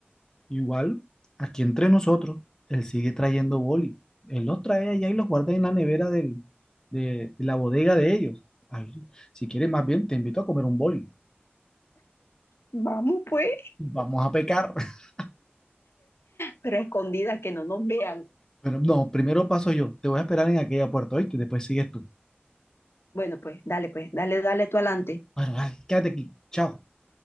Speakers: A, on the left; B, on the left.
A: igual, aquí entre nosotros, él sigue trayendo boli. Él los trae allá y los guarda en la nevera del, de, de la bodega de ellos. Ay, si quieres, más bien, te invito a comer un boli.
B: Vamos pues,
A: Vamos a pecar. <laughs>
B: pero escondidas que no nos vean.
A: Pero no, primero paso yo. Te voy a esperar en aquella puerta, ¿oíste? Después sigues tú.
B: Bueno, pues, dale, pues, dale, dale tú adelante.
A: Bueno, dale, quédate aquí. Chao.